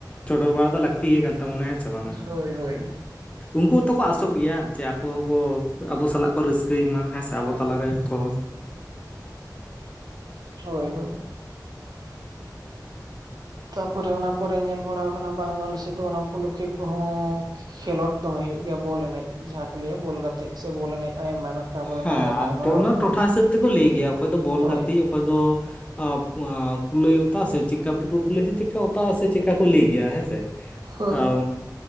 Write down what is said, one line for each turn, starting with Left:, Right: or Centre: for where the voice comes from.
Left: ᱪᱚᱰᱚᱨ ᱵᱟᱲᱟ ᱫᱚ ᱞᱟᱹᱠᱛᱤ ᱜᱮ ᱠᱟᱱ ᱛᱟᱵᱚᱱᱟ ᱦᱮᱸ ᱥᱮ ᱵᱟᱝᱟ᱾
Right: ᱦᱳᱭ ᱦᱳᱭ
Left: ᱩᱝᱠᱩ ᱦᱚᱸᱛᱚᱠᱚ ᱟᱥᱚᱜ ᱜᱮᱭᱟ ᱡᱮ ᱟᱠᱚ ᱦᱚᱸᱠᱚ ᱟᱵᱚ ᱥᱟᱞᱟᱜ ᱠᱚ ᱨᱟᱹᱥᱠᱟᱹᱭ ᱢᱟ ᱦᱮᱸ ᱥᱮ ᱟᱵᱚ ᱛᱟᱞᱟᱨᱮ᱾ ᱛᱚ
Right: ᱦᱳᱭ ᱦᱳᱭ᱾ ᱛᱟᱨᱯᱚᱨᱮ ᱚᱱᱟ ᱯᱚᱨᱮ ᱧᱮᱞ ᱵᱟᱲᱟᱣ ᱠᱟᱱᱟ ᱵᱟᱝᱢᱟ ᱟᱞᱮᱥᱮᱫ ᱫᱚ ᱚᱱᱟ ᱩᱯᱚᱞᱚᱠᱠᱷᱮ ᱠᱚᱦᱚᱸ ᱠᱷᱮᱞᱳᱸᱰ ᱫᱚᱢᱮ ᱦᱩᱭᱩᱜ ᱜᱮᱭᱟ ᱵᱚᱞ ᱮᱱᱮᱡ ᱡᱟᱦᱟᱸ ᱠᱚ ᱞᱟᱹᱭᱟ ᱵᱚᱞ ᱜᱟᱛᱮᱜ ᱥᱮ ᱵᱚᱞ ᱮᱱᱮᱡ ᱟᱭᱢᱟ ᱟᱭᱢᱟ᱾ ᱴᱚᱴᱷᱟ ᱠᱚᱨᱮᱱᱟᱜ
Left: ᱦᱮᱸ
Right: ᱟᱭᱢᱟ
Left: ᱟᱨ
Right: ᱟᱭᱢᱟ
Left: ᱛᱚ
Right: ᱨᱚᱲ
Left: ᱚᱱᱟ ᱴᱚᱴᱷᱟ ᱦᱤᱥᱟᱹᱵ ᱛᱮᱠᱚ ᱞᱟᱹᱭ ᱜᱮᱭᱟ ᱚᱠᱚᱭ ᱫᱚ ᱵᱚᱞ
Right: ᱦᱳᱭ
Left: ᱜᱟᱛᱮᱜ, ᱚᱠᱚᱭ ᱫᱚ ᱟᱸᱻ ᱠᱩᱞᱟᱹᱭ ᱚᱛᱟ ᱥᱮ ᱪᱮᱫᱠᱟ ᱯᱩᱴᱩᱨ ᱠᱩᱞᱟᱹᱭ ᱥᱮ ᱪᱮᱫᱠᱟ ᱚᱛᱟ ᱥᱮ ᱚᱝᱠᱟ ᱠᱚ ᱞᱟᱹᱭ ᱜᱮᱭᱟ ᱦᱮᱸ ᱥᱮ
Right: ᱦᱚᱸ
Left: ᱛᱟᱣ